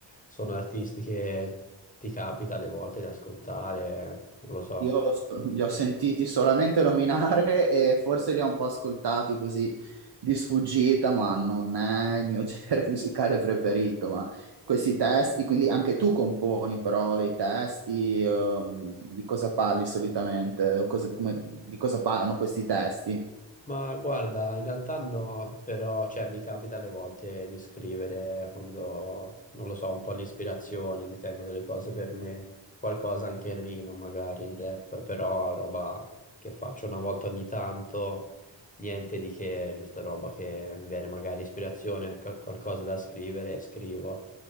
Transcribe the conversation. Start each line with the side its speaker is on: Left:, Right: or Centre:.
Left: sono artisti che ti capita alle volte di ascoltare, non lo so.
Right: Io so- li ho sentiti solamente nominare <laughs> e forse li ho un po' ascoltati così di sfuggita, ma non è il mio <laughs> genere musicale preferito. Ma questi testi, quindi anche tu componi però dei testi, ehm, di cosa parli solitamente? O Cosa- come- di cosa parlano questi testi?
Left: Ma guarda, in realtà no, però cioè, mi capita alle volte di scrivere quando, non lo so, un po' l'ispirazione, mi tengo delle cose per me, qualcosa anche in rima, magari in rap, però roba che faccio una volta ogni tanto, niente di che, giusta roba che mi viene magari ispirazione, qual- qualcosa da scrivere, scrivo,